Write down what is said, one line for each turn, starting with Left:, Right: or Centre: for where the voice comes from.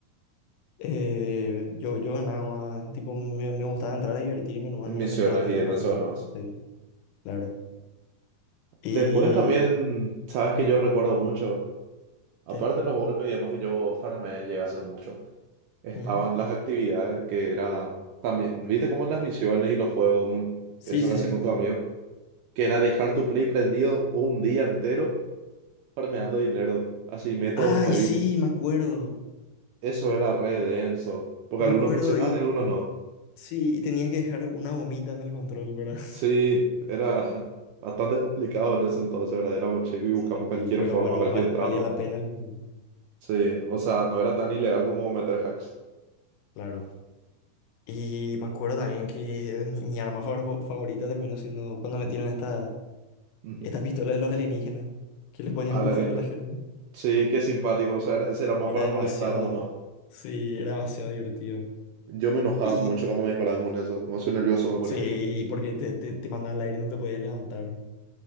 Left: Eh, yo, yo ganaba más, tipo, me, me gustaba entrar a divertirme nomás,
Right: en
Left: no
Right: misiones
Left: me centraba tanto
Right: y en
Left: en la
Right: eso
Left: plata.
Right: ganabas.
Left: Sí, claro. Y...
Right: Después también, sabes que yo recuerdo mucho, aparte
Left: ¿qué?
Right: de los golpes y demás que yo farmeé, llegué a hacer mucho, estaban
Left: Ujú.
Right: las actividades que eran también, viste como las misiones y los juegos, mu-
Left: Sí,
Right: eso
Left: sí,
Right: que haces
Left: sí.
Right: con tu amigo que era dejar tu Play prendido un día entero farmeando dinero, así método
Left: Ay,
Right: nuevito.
Left: sí, me acuerdo.
Right: Eso era re denso, porque
Left: Me
Right: algunos
Left: acuerdo
Right: funcionaban
Left: y
Right: y algunos no.
Left: sí, y tenía que dejar una gomita en el control, ¿verdad? <laughs>
Right: Sí, era <laughs> bastante complicado en ese entonces, ¿verdad? Éramos chicos y buscamos
Left: Sí,
Right: cualquier
Left: pero
Right: forma,
Left: bueno,
Right: cualquier
Left: val-
Right: trampa.
Left: valía la pena, el-
Right: Sí, o sea, no era tan ilegal como meter hacks.
Left: claro. Y me acuerdo también que mi, mi arma favor- favorita terminó siendo cuando metieron esta,
Right: Ujú.
Left: esta pistola de los alienígenas, que le podían
Right: A
Left: empujar
Right: la que la-
Left: a la gente.
Right: Sí, qué simpático, o sea, era- ese era más
Left: Era
Right: para
Left: demasiado,
Right: molestar nomás.
Left: sí, era demasiado divertido.
Right: Yo me enojaba
Left: Y
Right: mucho cuando me disparaban con eso, demasiado nervioso me ponía.
Left: sí, porque te, te, te mandaba al aire y no te podías levantar.